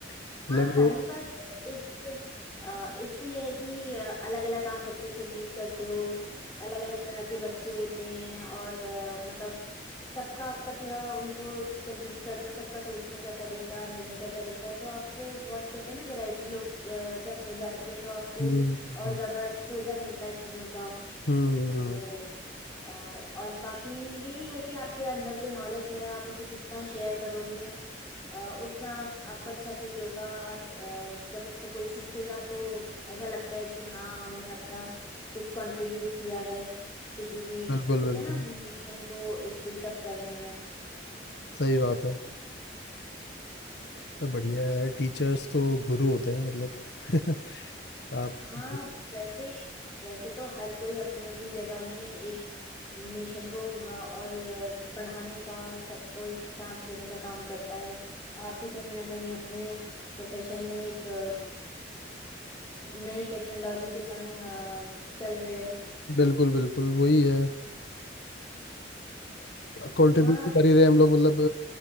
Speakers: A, on the left; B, on the left.
A: मतलब
B: हाँ
A: वो
B: टाइम पास का एक तो अ, एक तो यह है कि अलग अलग आप बच्चों से डील करते हो अलग अलग तरह के बच्चे होते हैं और अ, मतलब सबका आपका थोड़ा उनको जब डील करते हो सबका सोचने का तरीका रहने का तरीका तो आपको बहुत कहते हैं ना वैरायटी लोग अ, जब हो जाती है तो आपको
A: हम्म हम्म
B: और ज्यादा एक्सपोजर मिलता है चीजों का
A: हम्म, हम्म,
B: तो अ, और बाकी यही है कि आपके अंदर जो नॉलेज है आप उसे जितना शेयर करोगे अ, उतना आपको अच्छा फील होगा और अ, जब उसको कोई सीखेगा तो ऐसा लगता है कि हाँ हमने अपना कुछ कंट्रीब्यूट किया है किसी भी
A: बिल्कुल
B: कहते
A: बिल्कुल
B: हैं ना नेशन को एक बिल्टअप करने में
A: सही बात है तो
B: जी
A: बढ़िया है टीचर्स तो गुरु होते हैं मतलब <laughs> आप
B: हाँ वैसे वैसे तो हर कोई अपनी अपनी जगह में एक नेशन को अ, और अ, बढ़ाने का सबको एक साथ लेने का काम करता है आप भी कहीं ना कहीं अपने प्रोफेशन में एक अ, नई टेक्नोलॉजी के संग अ, चल रहे हो
A: बिल्कुल बिल्कुल वही है कंट्रीब्यूट
B: हाँ
A: तो कर ही रहे हैं हम लोग मतलब